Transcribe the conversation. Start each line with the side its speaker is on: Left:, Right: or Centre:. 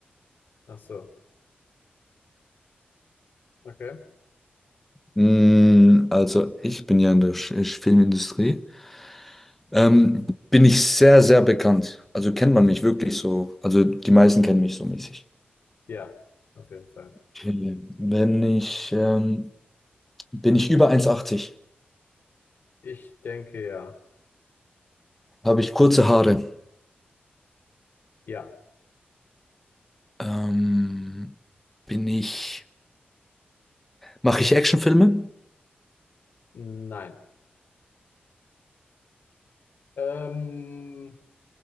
Left: Ach so, okay.
Centre: Mm, Also ich bin ja in der Sch- Sch- Filmindustrie. Ähm, bin ich sehr, sehr bekannt. Also kennt man mich wirklich so. Also die meisten kennen mich so mäßig.
Left: Ja, auf jeden Fall.
Centre: Okay. Wenn ich, ähm, bin ich über eins Komma achtzig.
Left: Ich denke ja.
Centre: habe ich kurze Haare.
Left: Ja,
Centre: Ähm, bin ich, mache ich Actionfilme?
Left: nein. Ähm,